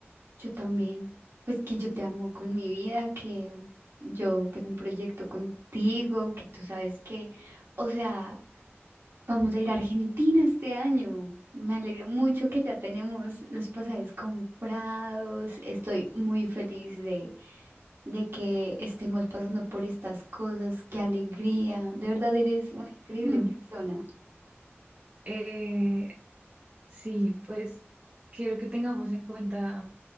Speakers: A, on the right (about 65°); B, on the right (about 30°).
A: yo también, pues que yo te amo con mi vida, que yo tengo un proyecto contigo, que tú sabes que, o sea, vamos a ir a Argentina este año. Me alegra mucho que ya tenemos los pasajes comprados. Estoy muy feliz de, de que estemos pasando por estas cosas. Qué alegría. De verdad eres una increíble
B: Mm.
A: persona.
B: Eh, sí, pues quiero que tengamos en cuenta